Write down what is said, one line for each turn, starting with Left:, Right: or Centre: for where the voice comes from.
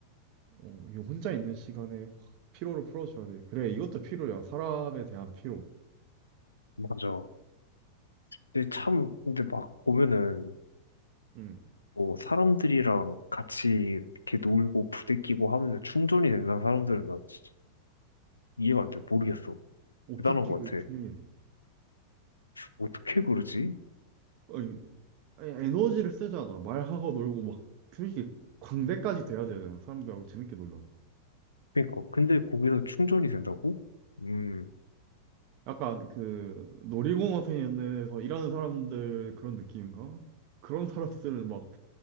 Right: 어, 이 혼자 있는 시간에 확 피로를 풀어줘야 돼. 그래, 이것도 피로야. 사람에 대한 피로.
Left: 맞아. 근데 참, 근데 막 보면은
Right: 음.
Left: 뭐 사람들이랑 같이 이렇게 놀고 부대끼고 하면은 충전이 된다는 사람들은 나 진짜 이해가 안 돼, 모르겠어,
Right: 어떻게
Left: 대단한 것
Right: 충족해야
Left: 같아.
Right: 돼?
Left: 어떻게 그러지?
Right: 아니, 아니, 에너지를 쓰잖아. 말하고 놀고 막솔히 광대까지 돼야 되잖아. 사람들하고 재밌게 놀러.
Left: 그러니까 근데 거기서 충전이 된다고? 음.
Right: 약간 그 놀이공원에서 일하는 사람들 그런 느낌인가? 그런 사람들은 막